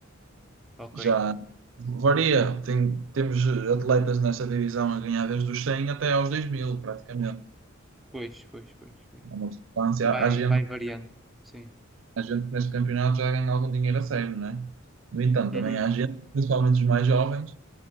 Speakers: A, in the centre; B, on the right (about 70°).
A: Ok.
B: Já varia. Tem- temos atletas nessa divisão a ganhar desde os 100 até aos 2000, praticamente.
A: Pois, pois, pois, pois.
B: É uma substância.
A: Vai,
B: Há gente,
A: vai variando. Sim.
B: há gente que neste campeonato já ganha algum dinheiro a sério, não é? No entanto,
A: Uhum,
B: também há gente, principalmente os mais jovens,